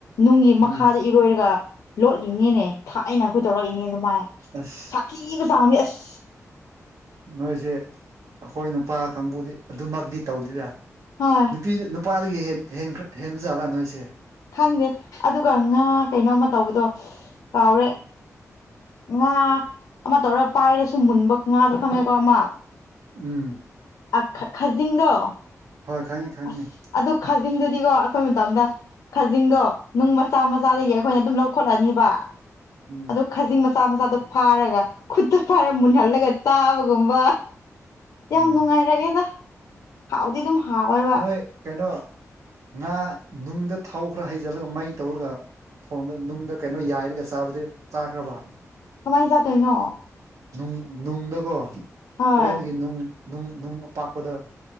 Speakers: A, on the left (about 80°); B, on the right (about 65°).
A: ꯅꯨꯡꯒꯤ
B: ꯎꯝ
A: ꯃꯈꯥꯗ ꯏꯔꯣꯏꯔꯒ ꯂꯣꯠꯂꯤꯅꯤꯅꯦ ꯊꯥꯏꯅ ꯑꯩꯈꯣꯏ ꯇꯧꯔꯛꯏꯅꯦ ꯑꯗꯨꯃꯥꯏ
B: ꯑꯁ
A: ꯁꯥꯊꯤꯕ ꯆꯥꯡꯗꯤ ꯑꯁ
B: ꯅꯣꯏꯁꯦ ꯑꯈꯣꯏ ꯅꯨꯄꯥ ꯀꯥꯡꯕꯨꯗꯤ ꯑꯗꯨꯃꯛꯇꯤ ꯇꯧꯗꯦꯗ
A: ꯍꯣꯏ
B: ꯅꯨꯄꯤ ꯅꯨꯄꯥꯗꯒꯤ ꯍꯦꯟ ꯍꯦꯟꯈ꯭ꯔ ꯍꯦꯟꯕ ꯖꯥꯠꯂꯥ ꯅꯣꯏꯁꯦ
A: ꯈꯪꯗꯦ ꯑꯗꯨꯒ ꯉꯥ ꯀꯩꯅꯣꯃ ꯇꯧꯕꯗꯣ ꯀꯥꯎꯔꯦ ꯉꯥ ꯑꯃ ꯇꯧꯔꯒ ꯄꯥꯏꯔꯁꯨ ꯃꯨꯟꯕ ꯉꯥꯗꯣ ꯈꯪꯉꯦꯀꯣ ꯑꯃ
B: ꯎꯨꯝ
A: ꯑꯥ ꯈꯠ ꯈꯥꯖꯤꯡꯗꯣ
B: ꯍꯣꯏ ꯈꯪꯉꯤ ꯈꯪꯉꯤꯅꯦ
A: ꯑꯁ ꯑꯗꯨ ꯈꯥꯖꯤꯡꯗꯨꯗꯤꯀꯣ ꯑꯩꯈꯣꯏ ꯃꯇꯝꯗ ꯈꯖꯤꯡꯗꯣ ꯅꯨꯡ ꯃꯆꯥ ꯃꯆꯥꯗꯒꯤ ꯑꯩꯈꯣꯏꯅ ꯑꯗꯨꯝ ꯂꯧꯈꯠꯂꯅꯤꯕ
B: ꯎꯝ
A: ꯑꯗ ꯈꯖꯤꯡ ꯃꯆꯥ ꯃꯆꯥꯗꯨ ꯐꯥꯔꯒ ꯈꯨꯠꯇ ꯐꯥꯔꯒ ꯃꯨꯟꯍꯜꯂꯒ ꯆꯥꯕꯒꯨꯝꯕ
B: ꯎꯝ
A: ꯌꯥꯝ ꯅꯨꯡꯉꯥꯏꯔꯛꯑꯦꯗ ꯍꯥꯎꯗꯤ ꯑꯗꯨꯝ ꯍꯥꯎꯋꯦꯕ
B: ꯍꯣꯏ ꯀꯩꯅꯣ ꯉꯥ ꯅꯨꯡꯗ ꯊꯥꯎ ꯈꯔ ꯍꯩꯖꯜꯂꯒ ꯃꯩ ꯇꯧꯔꯒ ꯊꯣꯡꯕ ꯅꯨꯡꯗ ꯀꯩꯅꯣ ꯌꯥꯏꯔꯒ ꯆꯥꯕꯗꯨ ꯆꯥꯈ꯭ꯔꯕ
A: ꯀꯃꯥꯏꯟ ꯆꯥꯗꯣꯏꯅꯣ
B: ꯅꯨꯡ ꯅꯨꯡꯗꯀꯣ
A: ꯍꯣꯏ
B: ꯇꯨꯔꯦꯟꯒꯤ ꯅꯨꯡ ꯅꯨꯡ ꯑꯄꯥꯛꯄꯗ